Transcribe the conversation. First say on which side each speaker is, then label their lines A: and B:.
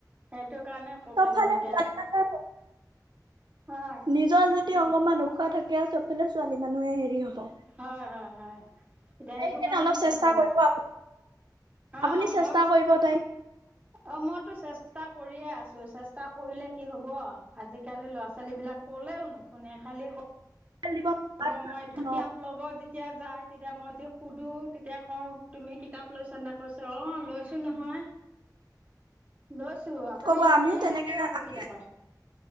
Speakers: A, on the right; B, on the right.
A: সেইটো কাৰণে ক'ম
B: চবফালে
A: লাগিব এতিয়া।
B: ছোৱালী মানুহে
A: হয়
B: নিজৰ যদি তে অকমান উশাহ থাকে আৰু চব পালে ছোৱালী মানুহে হেৰি হ'ব
A: হয় হয় হয়। এতিয়া
B: তাইক
A: সেইটো
B: সেইকাৰণে
A: কাৰণেতো
B: অলপ চেষ্টা
A: বহুত
B: কৰিব আপুনি, আপুনি
A: অ মই
B: চেষ্টা কৰিব তাইক
A: অ মইতো চেষ্টা কৰিয়ে আছো চেষ্টা কৰিলে কি হ'ব আজিকালি ল'ৰা ছোৱালীবিলাক ক'লেও নুশুনে খালি
B: দিব
A: হ'ব মই এইটো
B: ন
A: কলাপ ল'ব যেতিয়া যায় তেতিয়া মই য়া সুধো তেতিয়া ক তুমি কিতাপ লৈছা নে কৈছা অ লৈছো নহয় লৈছো। আপুনি
B: কব
A: এনে
B: আমিও তেনেকে
A: কিয় বকিতা
B: আমি
A: কয়